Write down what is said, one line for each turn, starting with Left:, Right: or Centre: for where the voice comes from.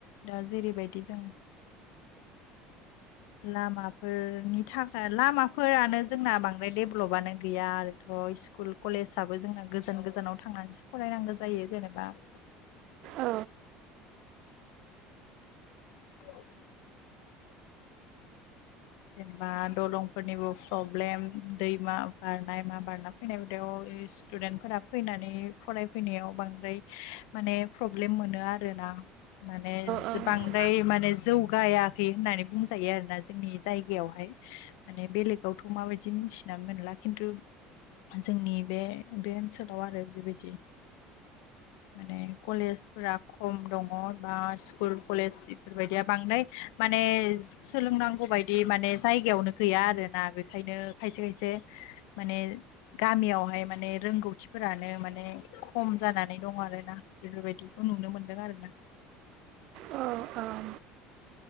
Left: दा जेरैबायदि जों लामाफोरनि थाखाय लामाफोरानो जोंना बांद्राय डेभलपानो गैया आरो। थ' स्कुल कलेजाबबो जोंना गोजान गोजानाव थांनानैसो फरायनांगौ जायो जेनेबा <inaudible>
Right: औ
Left: औ। जेनेबा दलंफोरनिबो प्रब्लेम दैमा बारनाय मा बारना फैनाय हदायाव स्टदेन्टफोरा फैनानै फरायफैनायाव बांद्राय माने प्रब्लेम मोनो आरोना। माने
Right: औ
Left: बांद्राय माने जौगायाखै होननानै बुंजायो आरोना जोंनि जाय गायाव माने बेलेगावथ' माबायदि मिथिनानै मोनला खिन्थु जोंनि बे बे ओनसोलाव आरो बेबायदि माने कलेजफोरा खम दङ बा स्कुल कलेज बेफोरबायदिया बांद्राय माने सोलों नांगौ बाय बिदि माने जायगायावनो गैया आरोना बेखायनो खायसे खायसे माने गामियाव बेवहाय माने रोंगौथिफोरानो माने खम जानानै दं आरोना बेफोरबायदिखौ नुनो मोनदों आरो <inaudible>
Right: औ औ